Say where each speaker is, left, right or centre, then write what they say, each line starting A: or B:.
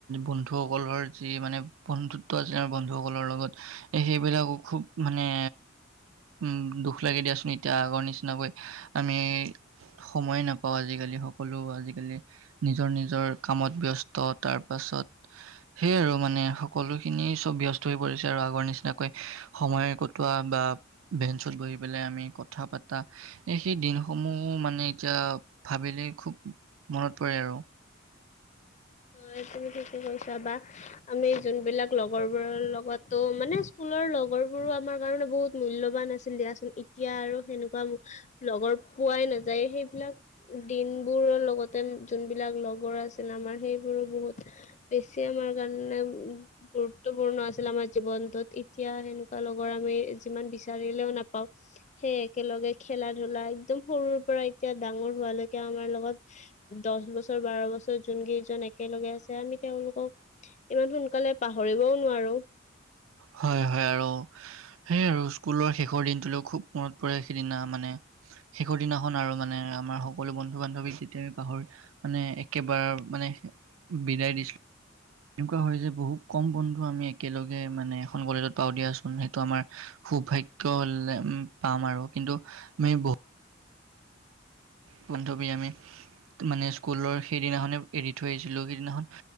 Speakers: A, on the right (about 85°); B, on the left (about 35°).
A: বন্ধুসকলৰ যি মানে বন্ধুত্ব আছিল আমাৰ বন্ধুসকলৰ লগত এ সেইবিলাকো খুব মানে উম দুখ লাগে দিয়াচোন এতিয়া আগৰ নিচিনাকৈ আমি সময়ে নাপাও আজিকালি স কলো আজিকালি নিজৰ নিজৰ কামত ব্যস্ত তাৰপাছত সেইয়ে আৰু মানে সকলোখিনিয়ে চব ব্যস্ত হৈ পৰিছে আৰু আগৰ নিচিনাকৈ সময় কটোৱা বা বেঞ্চত বহি পেলাই আমি কথা পাতা এ সেইদিনসমূহ মানে এতিয়া ভাবিলেই খুব মনত পৰে আও
B: হয় তুমি ঠিকে কৈছা বা আমি যোনবিলাক লগৰবোৰৰ লগত ত মানে স্কুলৰ লগৰবোৰো আমাৰ কাৰণে বহুত মূল্যৱান আছিল দিয়াচোন এতিয়া আৰু সেনেকোৱাবো লগৰ পোৱাই নাযায় সেইবিলাক দিনবোৰৰ লগতে যোনবিলাক লগৰ আছিল আমাৰ সেইবোৰো বহুত বেছি আমাৰ কাৰণে উ গুৰুত্বপূৰ্ণ আছিল আমাৰ জীৱনটোত এতিয়া সেনেকোৱা লগৰ আমি যিমান বিচাৰিলেও নাপাও সেই একেলগে খেলা ধূলা একদম সৰুৰ পৰা এতিয়া ডাঙৰ হোৱালৈকে আমাৰ লগত দহ বছৰ বাৰ বছৰ যোন কেইজন এ একেলগে আছে আমি তেওঁলোকক ইমান সোনকালে পাহৰিবও নোৱাৰো
A: হয় হয় আৰু সেয়ে আৰু স্কুলৰ শেষৰ দিনটোলৈ খুব মনত পৰে সিদিনা মানে শেষৰ দিনাখন আৰু মানে আমাৰ সকলো বন্ধু বান্ধৱী সিতেৰ পাহৰ মানে একেবাৰ মানে বিদায় দিছিলো এনেকুৱা হয় যে বহুত কম বন্ধু আমি একেলগে মানে এখন কলেজত পাওঁ দিয়াচোন সেইটো আমাৰ সৌভাগ্য লেম পাম আৰু কিন্তু আমি ব বনধৱী আমি ত মানে স্কুলৰ সেইদিনাখনে এৰি থৈ আহিছিলো সেইদিনাখন